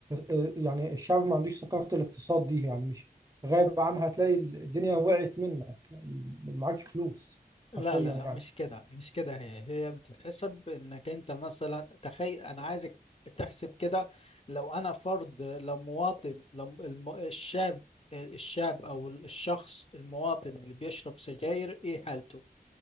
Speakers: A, on the right; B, on the left.
A: آه، يعني الشعب ما عندوش ثقافه الاقتصاد دي يعني مش غايب عنها هتلاقي الدنيا وقعت منك ما معكش فلوس
B: لا
A: حرفيا
B: لا لا
A: يعني
B: مش كده مش كده هي هي بتتحسب انك انت مثلا تخيل انا عايزك تحسب كده لو انا فرد لو مواطن لو الم- الشاب الشاب او الشخص المواطن اللي بيشرب سجاير ايه حالته